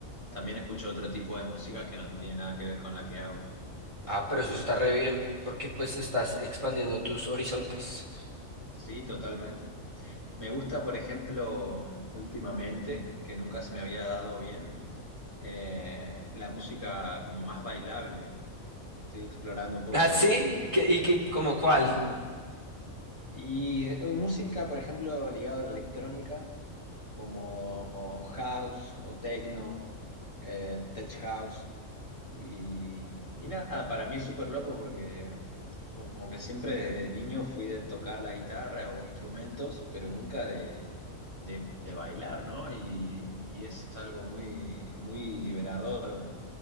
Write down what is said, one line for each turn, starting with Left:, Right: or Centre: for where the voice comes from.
Left: también escucho otro tipo de música que no tiene nada que ver con la que hago.
Right: Ah, pero eso está re bien, porque pues estás expandiendo tus horizontes.
Left: Sí, totalmente. Me gusta, por ejemplo, últimamente, que nunca se me había dado bien, eh, la música como más bailable. Estoy explorando un poco.
Right: Ah, sí, ¿y qué, y qué- como cuál?
Left: <laughs> Y eh, música, por ejemplo, ligada a la electrónica, como house o techno, eh, tech house. Y, y nada, para mí es súper loco porque como que siempre desde niño fui de tocar la guitarra o instrumentos, pero nunca de, de- de bailar, ¿no? Y, y es algo muy, muy liberador